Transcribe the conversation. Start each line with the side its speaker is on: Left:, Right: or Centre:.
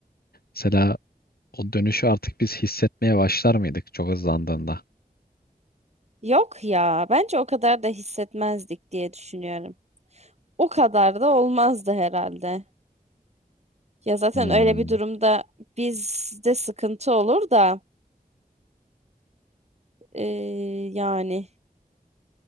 Left: Mesela o dönüşü artık biz hissetmeye başlar mıydık çok hızlandığında?
Right: Yok ya, bence o kadar da hissetmezdik diye düşünüyorum. O kadar da olmazdı herhalde. Ya zaten
Left: Hmm.
Right: öyle bir durumda bizde sıkıntı olur da e, yani